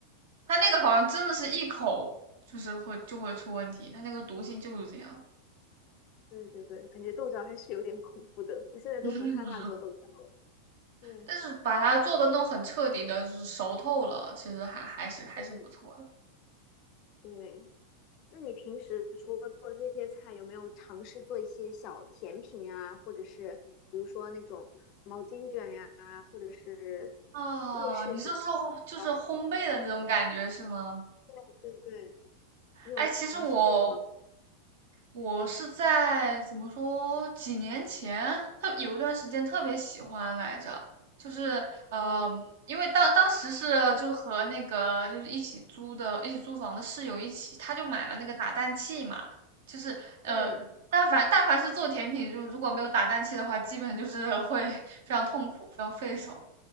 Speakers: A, on the right; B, on the left.
A: 他那个好像真的是一口就是会就会出问题，他那个毒性就是这样。
B: 对对对，感觉豆角还是有点恐怖的，我现在都很害怕做豆角了。
A: <laughs>
B: 对，
A: 但是把它做的弄很彻底的，就是熟透了，其实还还是还是不错的。
B: 嗯，对。那你平时除了做这些菜，有没有尝试做一些小甜品啊，或者是比如说那种毛巾卷呀、或者是
A: 啊，
B: 瑞士卷
A: 你是说就是烘焙的那种感觉是吗？
B: 糕？对对对，你有尝试过吗？
A: 哎，其实我我是在怎么说几年前，特有一段时间特别喜欢来着，就是呃，
B: 啊，
A: 因为当当时是就是和那个就是一起租的一起租房的室友一起，他就买了那个打蛋器嘛，就是呃，
B: 嗯，
A: 但凡但凡是做甜品，就如果没有打蛋器的话，基本就是会 <laughs> 非常痛苦，非常费手，